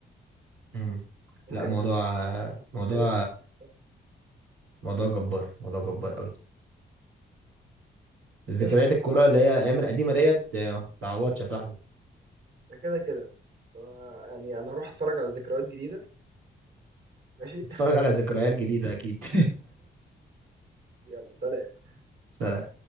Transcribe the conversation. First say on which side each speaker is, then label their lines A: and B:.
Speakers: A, on the right; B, on the right.
A: امم
B: هو
A: لا
B: كان
A: موضوع
B: ابن هو كان ابن
A: موضوع
B: اللعيبه بيتكلم
A: موضوع جبار موضوع جبار قوي ذكريات
B: ماشي يا كوتش،
A: الكرة اللي هي ايام القديمه ديت آه، ما بتتعوضش يا صاحبي
B: ده كده كده طب يعني انا هروح اتفرج على ذكريات جديده ماشي
A: اتفرج على ذكريات جديدة أكيد
B: <laughs> يلا سلام
A: <laughs> سلام